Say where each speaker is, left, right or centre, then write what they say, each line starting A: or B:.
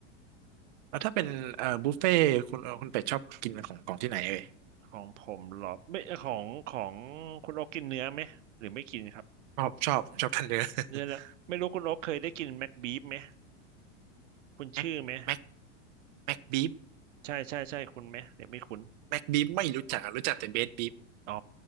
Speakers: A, on the right; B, on the right.
A: แล้วถ้าเป็นเอ่อบุฟเฟ่ต์คุณเอ่อคุณเป็ดชอบกินของของที่ไหนเอ่ย
B: ของผมเหรอไม่ของของคุณโอ๊กกินเนื้อไหมหรือไม่กินครับ
A: ชอบชอบชอบทันเนอร์ <laughs>
B: เนื้อละไม่รู้คุณโอ๊กเคยได้กินแม็กบีฟไหมคุณชื่อไหม
A: แม็กแม็กแม็กบีฟ
B: ใช่ใช่ใช่คุณไหมหรือไม่คุณ
A: แม็กบีฟไม่รู้จักรู้จักแต่เบสบีฟ
B: อ๋อ